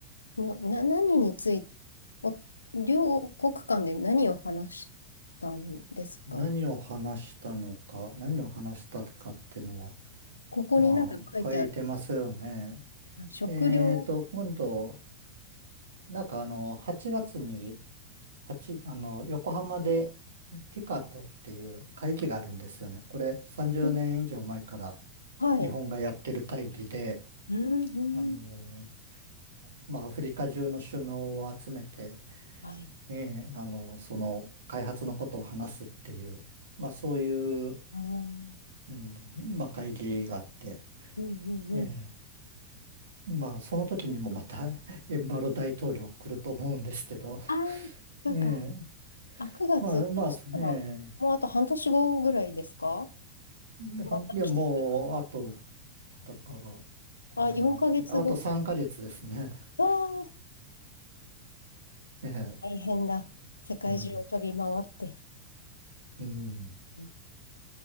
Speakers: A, on the left; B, on the right.
A: な、な、何について、お、両国間で何を話したんですか
B: 何を話したのか、何を話したかっていうのは、
A: ここになんか書いてある。
B: まあ、書いてますよね。
A: あ食料。
B: えーと、今度、なんかあの、8月にはちあの、横浜でティカトっていう会議があるんですよね。これ30年以上前から
A: うんはい。
B: 日本がやってる会議で、
A: うんうん。
B: あの、まあ、アフリカ中の首脳を集めて、
A: はい。
B: ええ、あの、その開発のことを話すっていう、まあ、そういう、
A: あーうん
B: うん、まあ、会議があって、
A: うんうん。
B: ええ、まあ、その時にもまた <laughs> エンバロ大統領来ると思うんですけど、
A: あー、そうか。
B: ええ、
A: あ、9月。
B: まあ、まあ、
A: そしたら、
B: ええ、
A: もうあと半年後ぐらいですか
B: ではんいや、
A: また来てくる。
B: もう、あと、だから、7、
A: あ、4ヶ月後。
B: あと3ヶ月ですね。<laughs>
A: わあ、
B: ええ、
A: 大変だ。世界中を飛び回って。
B: うん、うん。
A: 一